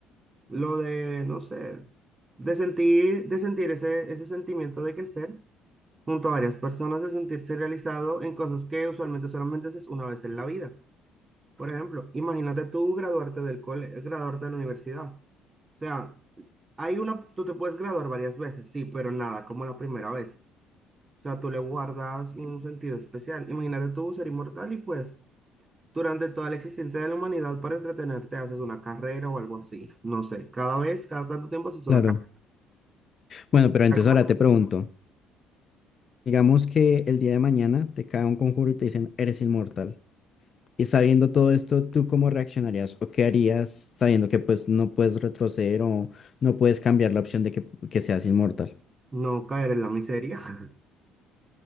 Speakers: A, on the right; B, on the left.
A: lo de, no sé, de sentir, de sentir ese, ese sentimiento de crecer junto a varias personas, de sentirse realizado en cosas que usualmente solamente haces una vez en la vida. Por ejemplo, imagínate tú graduarte del cole, graduarte de la universidad. O sea, hay una, tú te puedes graduar varias veces, sí, pero nada, como la primera vez. O sea, tú le guardas un sentido especial. Imagínate tú ser inmortal y pues Durante toda la existencia de la humanidad, para entretenerte, haces una carrera o algo así. No sé, cada vez, cada tanto tiempo haces una
B: Claro.
A: carrera. Tiene
B: Bueno, pero
A: que estar
B: entonces
A: como
B: ahora
A: la emoción,
B: te pregunto. Digamos que el día de mañana te cae un conjuro y te dicen, eres inmortal. Y sabiendo todo esto, ¿tú cómo reaccionarías o qué harías sabiendo que pues no puedes retroceder o no puedes cambiar la opción de que, que seas inmortal?
A: No caer en la miseria. <laughs>